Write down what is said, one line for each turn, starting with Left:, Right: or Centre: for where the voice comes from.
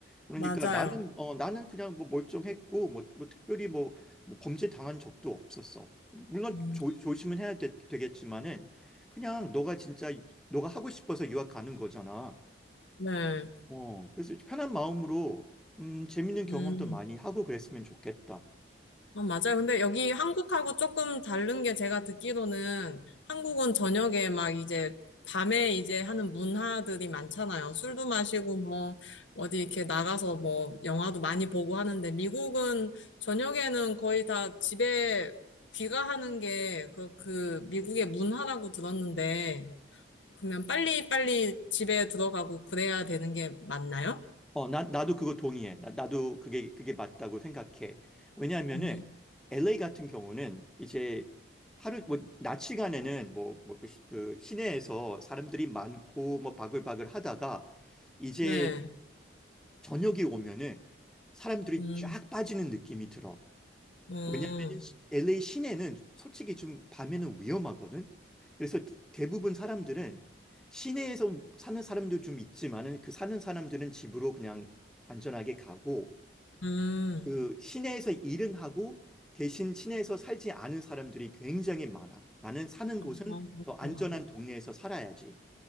Centre: 그러니까
Left: 맞아요.
Centre: 나는 어 나는 그냥 뭐 멀쩡했고 뭐, 뭐 특별히 뭐, 뭐 범죄 당한 적도 없었어. 물론
Left: 음,
Centre: 조, 조심은 해야 되, 되겠지만은 그냥 너가 진짜 너가 하고 싶어서 유학 가는 거잖아.
Left: 네,
Centre: 어 그래서 편한 마음으로 음 재밌는 경험도
Left: 음.
Centre: 많이 하고 그랬으면 좋겠다.
Left: 아, 맞아요. 근데 여기 한국하고 조금 다른 게 제가 듣기로는 한국은 저녁에 막 이제 밤에 이제 하는 문화들이 많잖아요. 술도 마시고 뭐 어디 이렇게 나가서 뭐 영화도 많이 보고 하는데 미국은 저녁에는 거의 다 집에 귀가하는 게 그, 그 미국의 문화라고 들었는데 그러면 빨리빨리 집에 들어가고 그래야 되는 게 맞나요?
Centre: 어, 나, 나도 그거 동의해. 나, 나도 그게, 그게 맞다고 생각해. 왜냐하면은,
Left: 음,
Centre: LA 같은 경우는 이제 하루, 뭐, 낮 시간에는 뭐, 뭐, 그, 시- 그 시내에서 사람들이 많고, 뭐, 바글바글 하다가, 이제
Left: 네.
Centre: 저녁이 오면은 사람들이
Left: 음,
Centre: 쫙 빠지는 느낌이 들어.
Left: 음,
Centre: 왜냐면은 시- LA 시내는 솔직히 좀 밤에는 위험하거든. 그래서 대부분 사람들은 시내에서 사는 사람도 좀 있지만은 그 사는 사람들은 집으로 그냥 안전하게 가고
Left: 음.
Centre: 그 시내에서 일은 하고 대신 시내에서 살지 않은 사람들이 굉장히 많아. 나는 사는
Left: 아,
Centre: 곳은
Left: 그렇구나.
Centre: 더 안전한 동네에서 살아야지.